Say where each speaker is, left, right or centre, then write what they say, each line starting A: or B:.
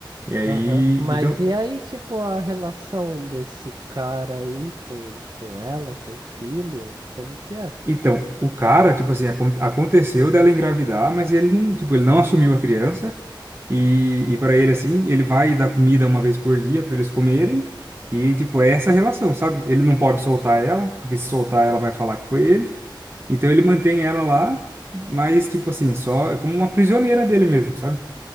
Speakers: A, on the right (about 30°); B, on the right (about 45°).
A: E aí,
B: Aham. Mas
A: então,
B: e aí, tipo, a relação desse cara aí com, com ela, com o filho, como que é?
A: então, o cara, tipo assim, acon- aconteceu dela engravidar, mas ele não, tipo, ele não assumiu a criança. E, e para ele, assim, ele vai dar comida uma vez por dia para eles comerem. E, tipo, é essa a relação, sabe? Ele não pode soltar ela, porque se soltar ela vai falar que foi ele. Então ele mantém ela lá, mas tipo assim, só é como uma prisioneira dele mesmo, sabe?